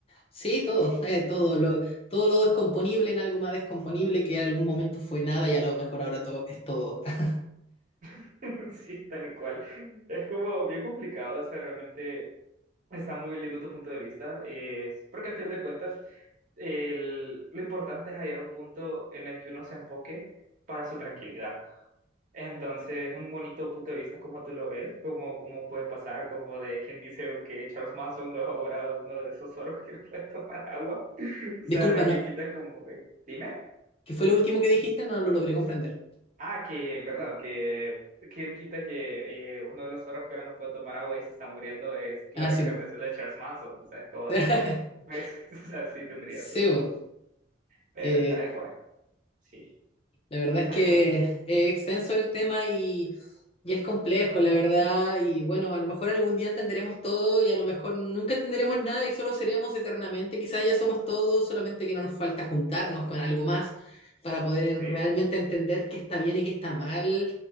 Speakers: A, on the left; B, on the right.
A: sí, todo,
B: sí.
A: <laughs> eh, todo lo, todo lo descomponible en algo más descomponible que en algún momento fue nada y a lo mejor ahora todo es todo. <laughs>
B: <laughs> Sí, tal cual. Es como bien complicado, o sea, realmente está muy lindo tu punto de vista, eh, porque al final de cuentas el- lo importante es hallar un punto en el que uno se enfoque para su tranquilidad. Entonces, un bonito punto de vista como tú lo ves, como, cómo puede pasar, como de quien dice que Charles Manson no es ahora uno de esos zorros que <laughs> no puede tomar agua. <laughs>
A: Disculpa,
B: O sea,
A: no,
B: quien quita es como, de, dime.
A: ¿qué fue lo último que dijiste? No lo logré comprender.
B: Ah, que, perdón, que quien quita que eh, uno de los zorros que ahora no puede tomar agua y se está muriendo es la
A: Ah,
B: reencarnación
A: sí, bo.
B: de Charles Manson, o sea, es como
A: <laughs>
B: de, pues, <laughs> o sea, sí tendría
A: Sí,
B: su,
A: bo.
B: pero
A: Eh,
B: tal cual, sí.
A: la verdad es
B: Ay,
A: que
B: pero,
A: es extenso el tema y Y es complejo, la verdad, y bueno, a lo mejor algún día entenderemos todo y a lo mejor nunca entenderemos nada y solo seremos eternamente, quizás ya somos todos, solamente que no nos falta juntarnos con algo más para poder en-
B: sí,
A: realmente entender qué está bien y qué está mal.